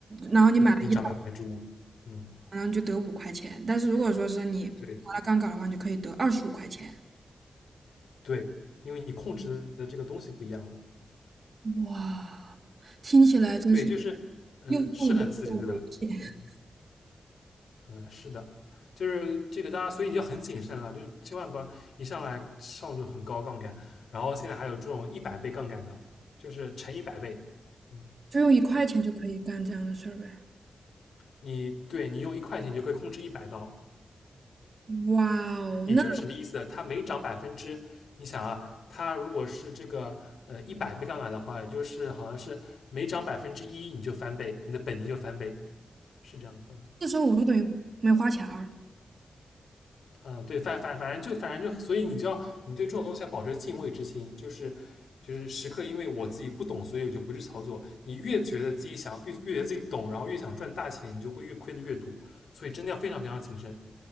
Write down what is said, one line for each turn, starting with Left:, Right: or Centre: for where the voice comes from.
Right: 然后你买了一百，
Left: 那定涨百分之五。嗯，
Right: 然后你就得五块钱。但是如果说是你划了杠杆的话，
Left: 对
Right: 你就可以得二十五块钱。
Left: 对，因为你控制的这个东西不一样了。
Right: 哇，听起来真是
Left: 对，就是嗯、
Right: 又又又又危险，
Left: 呃是很刺激，对吧？
Right: <laughs>
Left: 嗯。嗯，是的，就是这个，大家所以你要很谨慎了，就是千万不要一上来上这种很高杠杆，然后现在还有这种一百倍杠杆的，就是乘一百倍，嗯，
Right: 就用一块钱就可以干这样的事儿呗。
Left: 你对你用一块钱你就可以控制一百刀，
Right: 哇哦，
Left: 也就是什么意思呢它每涨百分之，
Right: 那。
Left: 你想啊，它如果是这个呃一百倍杠杆的话，也就是好像是每涨百分之一你就翻倍，你的本金就翻倍，是这样子的。
Right: 四时五我就等于没花钱儿。
Left: 嗯，对，反反反正就反正就，所以你就要你对这种东西要保持敬畏之心，就是就是时刻，因为我自己不懂，所以我就不去操作。你越觉得自己想越越觉得自己懂，然后越想赚大钱，你就会越亏的越多。所以真的要非常非常谨慎。